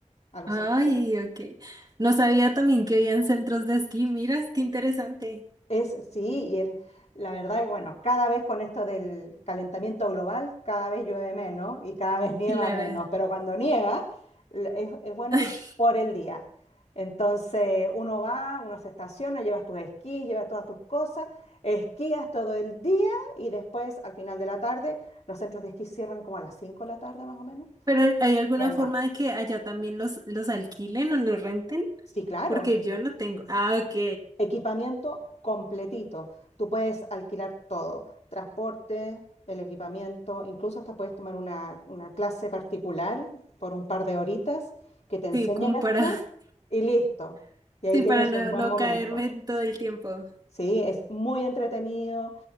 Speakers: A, on the left; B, on the right.
A: a los
B: Ay,
A: centros.
B: ok. No sabía también que habían centros de esquí. Miras, qué interesante.
A: Es, sí, y el- la verdad, que, bueno, cada vez con esto del calentamiento global, cada vez llueve menos y cada vez <laughs> nieva
B: Clara.
A: menos, pero cuando nieva l- es, es bueno
B: <laughs>
A: ir por el día. Entonces uno va, uno se estaciona, llevas tus esquís, llevas todas tus cosas, esquías todo el día y después al final de la tarde los centros de esquí cierran como a las 5 de la tarde más o menos.
B: Pero ¿hay alguna
A: Y ahí
B: forma
A: va.
B: de que allá también los, los alquilen o los renten?
A: Sí, claro.
B: Porque yo no tengo. Ah, ok.
A: Equipamiento completito. Tú puedes alquilar todo, transporte, el equipamiento, incluso hasta puedes tomar una, una clase particular por un par de horitas que te enseñen
B: Sí, como
A: a
B: para,
A: esquiar y listo.
B: <laughs>
A: Y ahí
B: sí,
A: tienes
B: para no,
A: un buen
B: no
A: momento.
B: caerme todo el tiempo.
A: Sí, es muy entretenido.